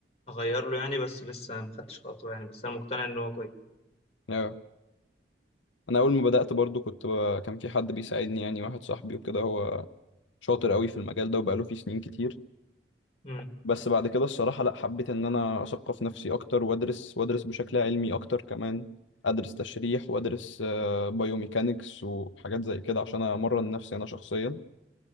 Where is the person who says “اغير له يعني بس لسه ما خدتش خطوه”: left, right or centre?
Left